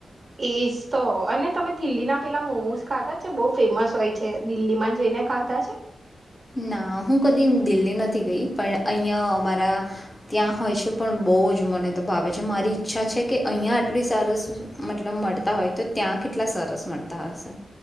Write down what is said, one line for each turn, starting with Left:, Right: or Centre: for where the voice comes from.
Right: એજ તો અને તમે દિલ્લી ના પેલા મોમોસ ખાધા છે બો ફેમસ હોય છે દિલ્હીમાં જઈને ખાધા છે?
Left: ના હું કદી દિલ્હી નથી ગઈ પણ અહીં અમારા ત્યાં હોય છે પણ બહુ જ મને તો ભાવે છે મારી ઈચ્છા છે કે અહિયાં આટલી સરસ મતલબ મળતા હોય તો ત્યાં કેટલા સરસ મળતા હશે.